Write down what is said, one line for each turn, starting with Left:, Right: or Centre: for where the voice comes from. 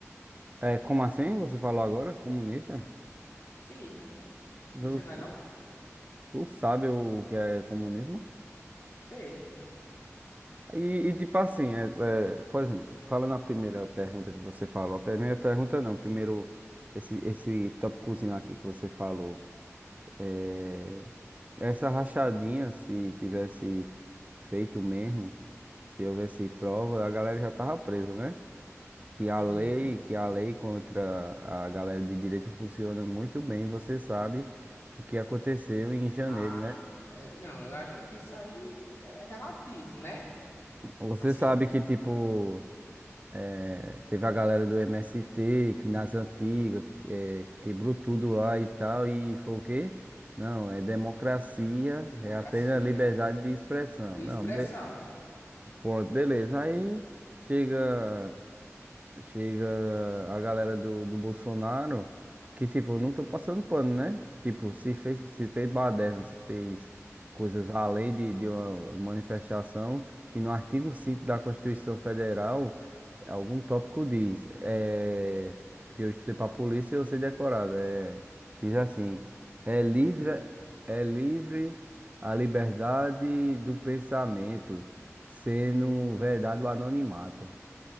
Right: É, como assim? Você falou agora, comunista?
Left: Sim.
Right: Tu,
Left: Você não é
Right: tu
Left: não?
Right: tu sabe o que é comunismo?
Left: Sei.
Right: E, e, tipo assim, é, é, por exemplo, fala na primeira pergunta que você falou. A primeira pergunta não, primeiro esse, esse tópicozinho aqui que você falou. É, essa rachadinha, se tivesse feito mesmo, se houvesse prova, a galera já tava presa, né? Que a
Left: Uhum.
Right: lei, que a lei contra a galera de direita funciona muito bem, você sabe o que aconteceu em janeiro,
Left: Acho.
Right: né?
Left: é, não, eu acho que isso aí é relativo, né?
Right: Você
Left: Assim,
Right: sabe que, tipo. É, teve a galera do MST que nas antigas, é, quebrou tudo lá e tal, e foi o quê? Não, é democracia,
Left: democracia
Right: é apenas liberdade de expressão.
Left: de
Right: Não,
Left: expressão.
Right: be- pronto, beleza. Aí chega chega a galera do, do Bolsonaro, que tipo, eu não tô passando pano, né? Tipo, se fez, se fez baderna, se fez coisas além de, de uma manifestação, e no artigo 5 da Constituição Federal, algum tópico diz, é, que eu estudei pra polícia e eu sei decorado, é, diz assim, é livre, é livre a liberdade do pensamento, sendo verdade o anonimato.